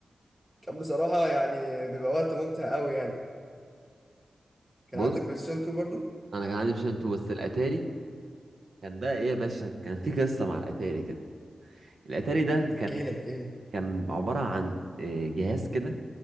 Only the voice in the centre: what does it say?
كان بصراحه يعني بيبقى وقت ممتع قوي يعني كان
عندك بلاي ستيشن 2 برضو
احكي
لي احكي لي